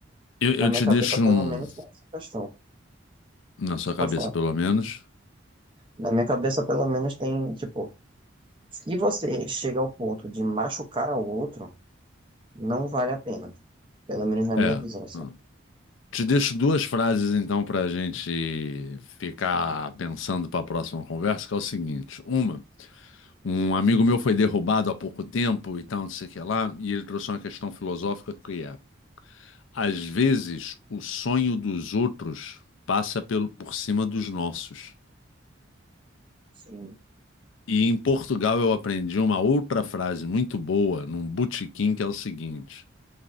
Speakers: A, on the left (about 75°); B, on the right (about 25°).
A: eu, eu
B: na minha
A: te
B: cabeça
A: deixo
B: pelo
A: um,
B: menos tem essa questão.
A: na sua cabeça
B: Pode falar.
A: pelo menos.
B: Na minha cabeça pelo menos tem, tipo, Se você chega ao ponto de machucar o outro, não vale a pena. Pelo menos na
A: É.
B: minha visão, sabe?
A: ah. Te deixo duas frases então para a gente ficar pensando para a próxima conversa, que é o seguinte: uma, um amigo meu foi derrubado há pouco tempo e tal, não sei o que lá, e ele trouxe uma questão filosófica que é: às vezes o sonho dos outros passa pelo, por cima dos nossos.
B: Sim,
A: E em Portugal eu aprendi uma outra frase muito boa num botequim que é o seguinte: